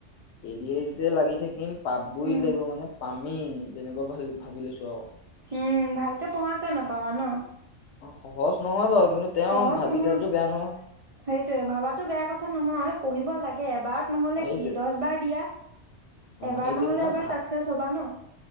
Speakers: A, on the left; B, on the right.
A: এ দি আই টোতে লাগি থাকিম, পাবই
B: উম
A: লাগিব মানে, পামেই তেনেকুৱা ভা ভাবি লৈছো আৰু।
B: উম ভালকে পঢ়া, কিয় নাপাবা ন।
A: অহ, সহজ নহয় বাৰু। কিন্তু তেওঁ
B: সহজ
A: ভাবি
B: নহয়।
A: থকাটো বেয়া নহয়
B: সেইটোয়ে ভবাতো বেয়া কথা নহয়, পঢ়িব লাগ এ এবাৰত নহ'লে
A: সেইটো
B: কি, দহ বাৰ দিয়া।
A: অ
B: এবাৰ
A: সেইটো
B: নহ'লে
A: ন
B: এবাৰ
A: ভা
B: চাকচেছ হ'বা ন।